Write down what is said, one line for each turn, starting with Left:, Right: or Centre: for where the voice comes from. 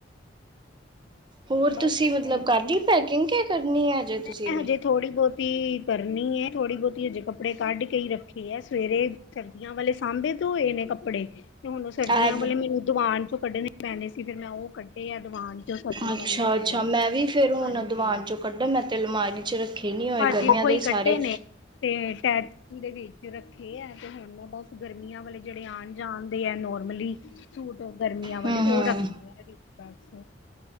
Right: ਹੋਰ
Left: ਬਸ
Right: ਤੁਸੀਂ
Left: ਏਦਾਂ
Right: ਮਤਲਬ
Left: ਹੀ
Right: ਕਰਲੀ ਪੈਕਿੰਗ ਕ ਕਰਨੀ ਐ ਅਜੇ
Left: ਮੈਂ
Right: ਤੁਸੀਂ ਵੀ?
Left: ਹਜੇ ਥੋੜ੍ਹੀ ਬਹੁਤੀ ਕਰਨੀ ਐ, ਥੋੜੀ ਬਹੁਤੀ ਹਜੇ ਕੱਪੜੇ ਕੱਢ ਕੇ ਹੀ ਰੱਖੇ ਇਹ ਹੈ ਸਵੇਰੇ ਸਰਦੀਆਂ ਵਾਲੇ ਸਾਂਭੇ ਧੋਏ ਨੇ ਕੱਪੜੇ? ਤੇ ਹੁਣ ਉਹ ਸਰਦੀਆਂ
Right: ਐਬ
Left: ਵਾਲੇ ਮੈਨੂੰ ਦਵਾਨ ਚੋਂ ਕੱਢਣੇ ਮੈਂਨੇ ਸੀ ਫਿਰ ਮੈਂ ਉਹ ਕੱਢੇ ਐ ਦਵਾਨ ਚੋਂ ਸਰਦੀਆਂ
Right: ਅੱਛਾ
Left: ਵਾਲੇ ਕੱਪੜੇ,
Right: ਅੱਛਾ ਮੈਂ ਵੀ ਫੇਰ ਹੁਣ
Left: ਹਾਂਜੀ।
Right: ਦੀਵਾਨ ਚੋਂ ਕੱਢਾ ਮੈਂ ਤੇ ਅਲਮਾਰੀ ਚ ਰੱਖੇ ਨੀ ਹੋਏ
Left: ਭਾਜੀ
Right: ਗਰਮੀਆਂ
Left: ਉਹੀ
Right: ਦੇ ਹੀ
Left: ਕੱਢੇ
Right: ਸਾਰੇ
Left: ਨੇ ਤੇ ਟੇਚ ਚੀ ਦੇ ਵਿੱਚ ਰੱਖੇ ਐ ਤੇ ਹੁਣ ਮੈਂ ਬਸ ਗਰਮੀਆਂ ਵਾਲੇ ਜਿਹੜੇ ਆਣ ਜਾਣ ਦੇ ਆ ਨੋਰਮਲੀ ਸੂਟ ਗਰਮੀਆਂ ਵਾਲੇ
Right: ਹੂੰ
Left: ਉਹ
Right: ਹੂੰ
Left: ਰੱਖਨੇ ਆ ਬਸ।